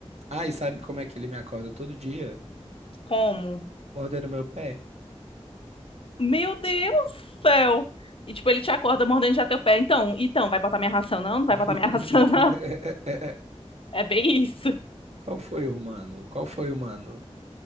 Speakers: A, on the right; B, on the left.
A: Ah, e sabe como é que ele me acorda todo dia?
B: Como?
A: Mordendo meu pé.
B: Meu Deus do céu! E tipo, ele te acorda mordendo já teu pé. Então, então, vai botar minha ração não? Não
A: <laughs>
B: vai botar minha <laughs> ração não? É bem isso.
A: Qual foi o humano? Qual foi o humano?